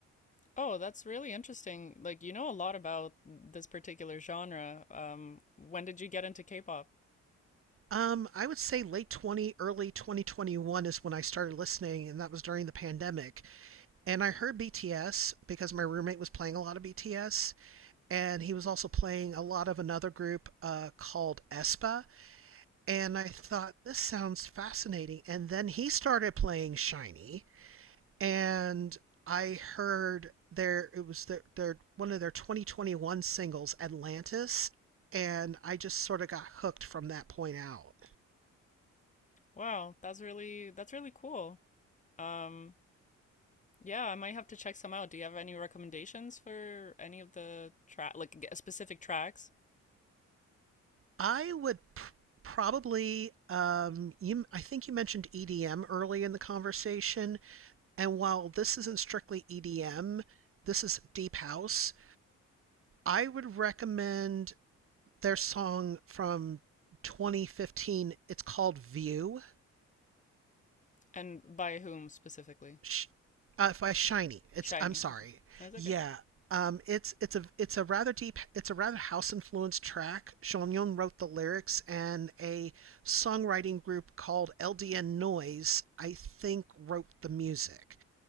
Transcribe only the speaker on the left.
Oh, that's really interesting. Like, you know a lot about this particular genre. Um, when did you get into K-pop?
Wow, that's really that's really cool. Um, yeah, I might have to check some out. Do you have any recommendations for any of the track, like g- specific tracks,
and by whom specifically?
Shiny.
Okay, that's
okay.